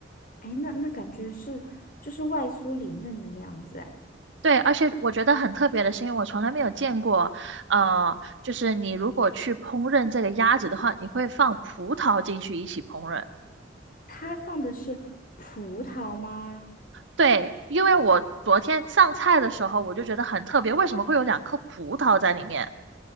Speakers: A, on the left (about 45°); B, on the right (about 80°).
A: 哎，那那感觉是就是外酥里嫩的那样子。哎，
B: 对，而且我觉得很特别的是，因为我从来没有见过，呃，就是你如果去烹饪这个鸭子的话，你会放葡萄进去一起烹饪。
A: 它放的是葡萄吗？
B: 对，因为我昨天上菜的时候，我就觉得很特别，为什么会有两颗葡萄在里面？